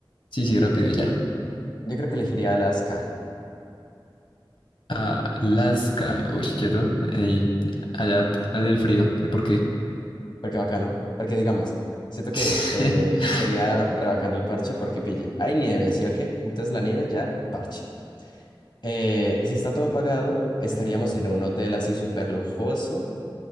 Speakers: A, on the left; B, on the left.
A: Sí, sí, rápido y ya.
B: yo creo que elegiría Alaska,
A: Alaska, uy, quieto, ey, allá, allá en el frío, ¿y por qué?
B: porque bacano, porque digamos, siento que
A: <laughs>
B: eh, sería re bacano el parche porque pille. Hay nieve, ¿sí o qué? Entonces la nieve ya, parche. Eh, si está todo pagado, estaríamos en un hotel así súper lujoso.